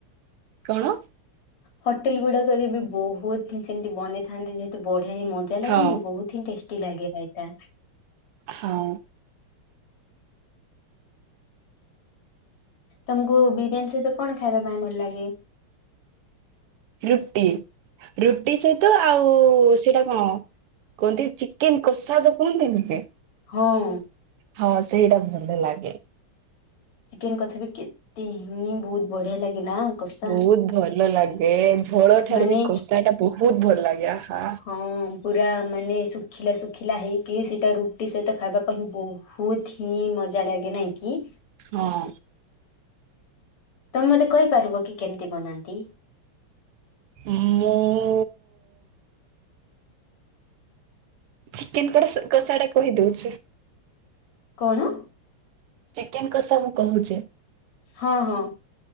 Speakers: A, on the right; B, on the left.
A: କଣ?
B: ହୋଟେଲ ଗୁଡାକରେ ବି ବହୁତ ସେମିତି ବନେଇଥାନ୍ତି। ଯେହେତୁ ବଢିଆ ହିଁ ମଜା ଲାଗେନି
A: ହଁ
B: ବହୁତ ଟେଷ୍ଟି ଲାଗେ ରାଇତା
A: ହଁ।
B: ତମକୁ ବିରିୟାନୀ ସହିତ କଣ ଖାଇବା ପାଇଁ ଭଲ ଲାଗେ?
A: ରୁଟି, ରୁଟି ସହିତ ଆଉ ସେଟା କଣ କୁହନ୍ତି ଚିକେନ କଷା ଯଉ କୁହନ୍ତି ନୁହେଁ?
B: ହଁ।
A: ହଁ, ସେଇଟା ଭଲ ଲାଗେ।
B: ଚିକେନ କସା ବି କେତେ ହିଁ ବହୁତ ବଢିଆ ଲାଗେ ନା? କଷା
A: ବହୁତ ଭଲ ଲାଗେ। ଝୋଳ ଠାରୁ
B: ମାନେ
A: ବି କଷାଟା ବହୁତ ଭଲ ଲାଗେ, ଆ ହା।
B: ହଁ, ପୁରା ମାନେ ଶୁଖିଲା ଶୁଖିଲା ହେଇକି, ସେଇଟା ରୁଟି ସହିତ ଖାଇବା ପାଇଁ ବହୁ ହୁତ ହିଁ ମଜା ଲାଗେ, ନାଇଁ କି?
A: ହଁ।
B: ତମେ ମତେ କହିପାରିବ କି କେମିତି ବନାନ୍ତି?
A: ମୁଁ ଚିକେନ କଷା ଟା କହିଦଉଛି <unintelligible>
B: କଣ?
A: ଚିକେନ କଷା ମୁଁ କହୁଚି।
B: ହଁ ହଁ।